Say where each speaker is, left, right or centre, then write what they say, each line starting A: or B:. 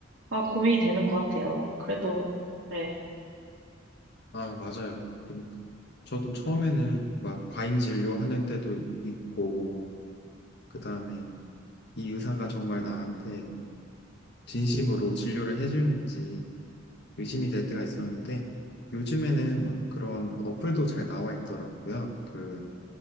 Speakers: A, on the right; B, on the left.
A: 아, 고민이 되는 것 같아요. 그래도, 네.
B: 아, 맞아요. 그- 저도 처음에는 막 과잉 진료하는 데도 있고, 그 다음에 이 의사가 정말 나한테 진심으로 진료를 해주는지 의심이 될 때가 있었는데, 요즘에는 막 그런 어플도 잘 나와 있더라고요. 그